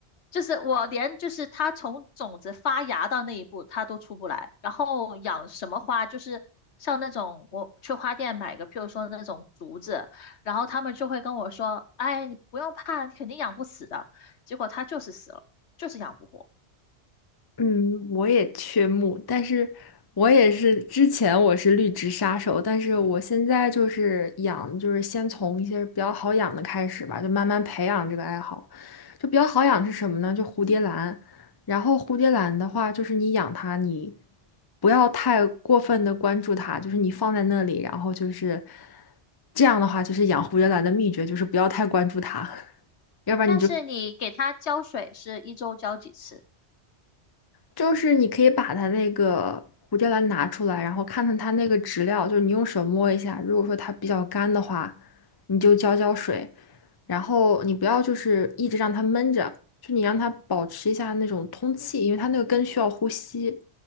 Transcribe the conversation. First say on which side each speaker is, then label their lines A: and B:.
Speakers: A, on the left (about 75°); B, on the left (about 25°).
A: 就是我连就是它从种子发芽到那一步它都出不来，然后养什么花就是像那种我去花店买个，譬如说那种竹子，然后他们就会跟我说，哎，你不用怕，你肯定养不死的，结果它就是死了，就是养不活。
B: 嗯，我也缺木，但是我也是之前我是绿植杀手，但是我现在就是养，就是先从一些比较好养的开始吧，就慢慢培养这个爱好。就比较好养是什么呢？就蝴蝶兰。然后蝴蝶兰的话，就是你养它，你不要太过分的关注它，就是你放在那里，然后就是这样的话，就是养蝴蝶兰的秘诀就是不要太关注它。<laughs> 要不然你就
A: 但是你给它浇水是一周浇几次？
B: 就是你可以把它那个蝴蝶兰拿出来，然后看看它那个植料，就是你用手摸一下，如果说它比较干的话，你就浇浇水，然后你不要就是一直让它闷着，就你让它保持一下那种通气，因为它那个根需要呼吸，